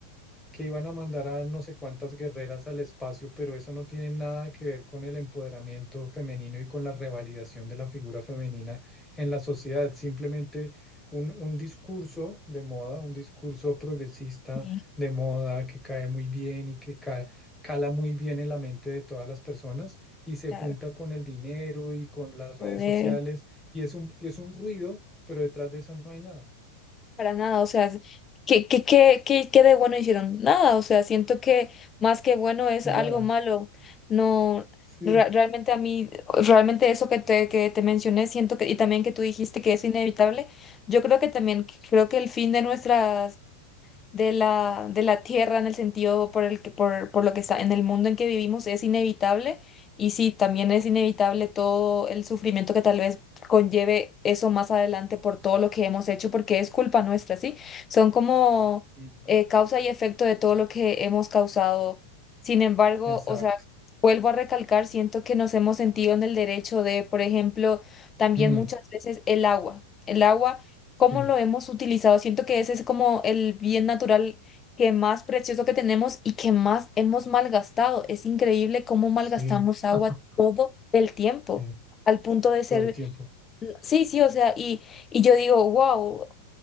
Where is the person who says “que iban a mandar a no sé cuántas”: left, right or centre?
Centre